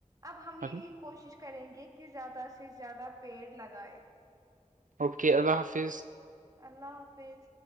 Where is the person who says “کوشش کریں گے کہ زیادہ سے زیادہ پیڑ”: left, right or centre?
Right